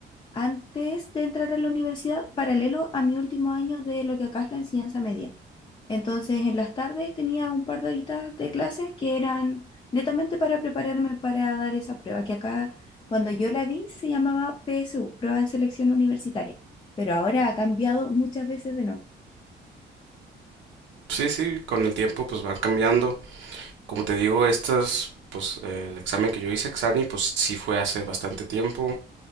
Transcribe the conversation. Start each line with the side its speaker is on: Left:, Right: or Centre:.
Left: antes de entrar a la universidad, paralelo a mi último año de lo que acá es la enseñanza media. Entonces, en las tardes tenía un par de horitas de clase que eran netamente para prepararme para dar esa prueba, que acá, cuando yo la di, se llamaba PSU, Prueba de Selección Universitaria. Pero ahora ha cambiado muchas veces de nombre.
Right: Sí, sí, con el tiempo pues van cambiando. Como te digo, estas, pues eh, el examen que yo hice, Exani, pues sí fue hace bastante tiempo.